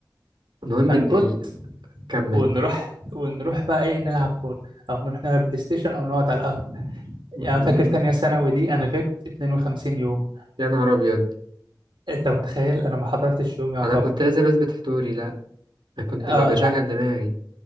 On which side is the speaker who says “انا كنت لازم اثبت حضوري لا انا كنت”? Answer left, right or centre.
Right